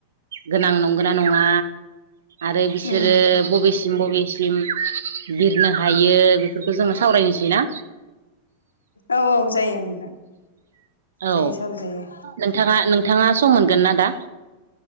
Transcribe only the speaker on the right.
गोनां नंगोनना नङा आरो बिसोरो
बबेसिम बबेसिम बिरनो हायो बिफोरफोरखौ जोङो सावरायनोसै ना
औ
नोंथाङा नोंथाङा सम मोनगोन ना दा